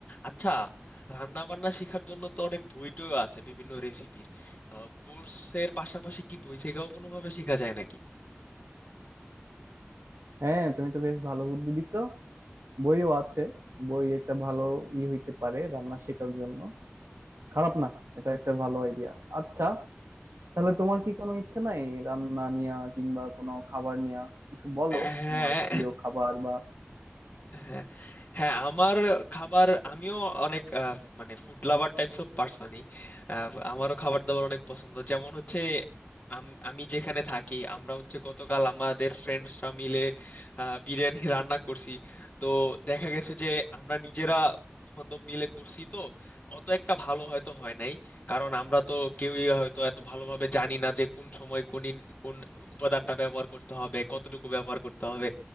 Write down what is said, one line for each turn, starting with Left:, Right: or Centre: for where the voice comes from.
Left: আচ্ছা রান্না বান্না শেখার জন্য তো অনেক বই টইও আছে বিভিন্ন রেসিপির কোর্সের পাশাপাশি কি বই থেকেও কোনোভাবে শেখা যায় নাকি
Right: হ্যাঁ তুমি তো বেশ ভালো বুদ্ধি দিছো বইও আছে বই একটা ভালো ই হইতে পারে রান্না শেখার জন্য খারাপ না এটা একটা ভালো আইডিয়া আচ্ছা তাহলে তোমার কি কোনো ইচ্ছে নাই রান্না নিয়া কিংবা কোনো খাবার নিয়া কিছু বলো
Left: হ্যাঁ
Right: তোমার প্রিয় খাবার বা
Left: হ্যাঁ হ্যাঁ আমার খাবার আমিও অনেক আহ, মানে ফুড লাভার টাইপস অফ পার্সনই আমারও খাবার দাবার অনেক পছন্দ যেমন হচ্ছে আম- আমি যেখানে থাকি আমরা হচ্ছে গতকাল আমাদের ফ্রেন্ডসরা মিলে আহ, বিরিয়ানি রান্না করছি তো দেখা গেছে যে আমরা নিজেরা বন্ধু বান্ধব মিলে করছি তো অত একটা ভালো হয়তো হয় নাই কারণ আমরা তো কেউই হয়তো এত ভালোভাবে জানি না যে কোন সময় কোন ইন- কোন উপাদানটা ব্যবহার করতে হবে কতটুকু ব্যবহার করতে হবে